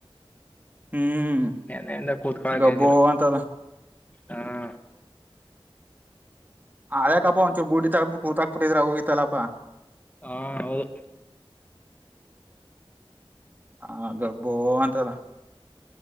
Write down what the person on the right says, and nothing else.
ಹ್ಮ್
ಗೊಬ್ಬೊ
ಅಂತದ
ಅದಕ್ಕಪ್ಪ ಒಂದಚೂ ಗುಡಿ ತಕ್ಬಿಟ್ಟ ಕೂತಾಬ ಬಿಟ್ಟಿದ್ರ ಹೋಗಿತಲ್ಲಪ್ಪಾ
ಹ ಗಬ್ಬೋ ಅಂತದ